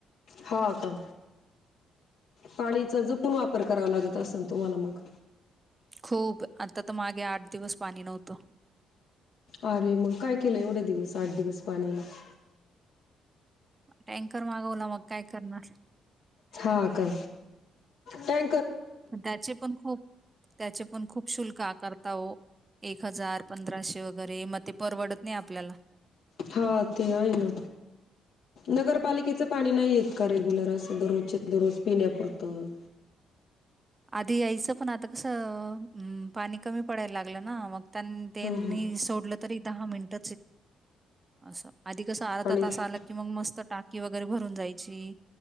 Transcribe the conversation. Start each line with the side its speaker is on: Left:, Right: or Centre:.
Left: हा का पाणीचा जपून वापर करावा लागत असेल तुम्हाला मग.
Right: खूप, आता तर मागे आठ दिवस पाणी नव्हतं.
Left: अरे मग काय केलं एवढे दिवस आठ दिवस पाणी नाय.
Right: टँकर मागवला मग काय करणार.
Left: हा का टँ
Right: पण त्याचे पण खूप त्याचे पण खूप शुल्क आकारता ओ एक हजार पंधराशे वगैर. वगैरे मग ते परवडत नाही आपल्याला.
Left: हा ते आहे ना नगरपालिकेचं पाणी नाहीयेत का रेग्युलर असं दररोजच्या दररोज पिण्यापुरतं?
Right: आधी यायचं, पण आता कसं, पाणी कमी पडायला लागलं ना मग त्या त्यांनी
Left: हम्म हम्म
Right: सोडलं तरी दहा मिनिट <unintelligible> असं आधी कसं अर्धा
Left: आणि हम्म
Right: तास आला की मग मस्त टाक कि वगैरे भरून जायची.